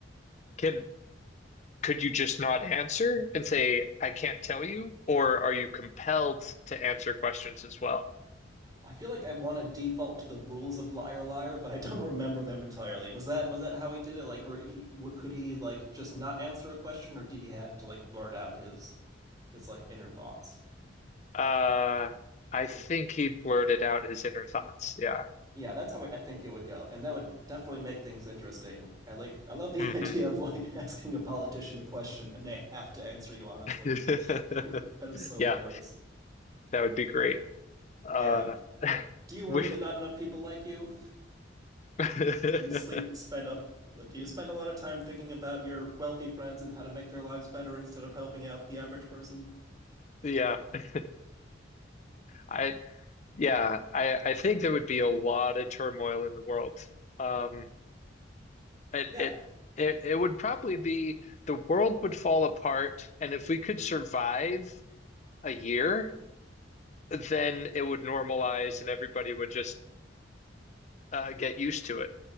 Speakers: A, on the left (about 35°); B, on the right (about 20°).
A: can could you just not answer and say, I can't tell you? Or are you compelled to answer questions as well?
B: I feel like I want to default to the rules of Liar Liar, but I don't <laughs> remember them entirely. Was that was that how he did it? Like, were he what, could he like just not answer a question, or did he have to like blurt out his his like inner thoughts?
A: Uh, I think
B: It,
A: he blurted out his inner thoughts. Yeah.
B: Yeah, that's how I I think it would go, and that would definitely make things interesting. I like I love the
A: hmm
B: <laughs> idea of like asking a politician a question and they have to answer you honestly.
A: <laughs>
B: That is so
A: Yeah,
B: hilarious.
A: that would be great. Uh,
B: Yeah.
A: <laughs>
B: Do you worry
A: we,
B: that not enough people like you?
A: <laughs>
B: Do you sleep spend up do you spend a lot of time thinking about your wealthy friends and how to make their lives better instead of helping out the average person?
A: yeah. <laughs> I, yeah, I, I think there would be a lot of turmoil in the world. Um, it,
B: Yeah.
A: it, it, it would probably be the world would fall apart, and if we could survive, a year, then it would normalize and everybody would just uh, get used to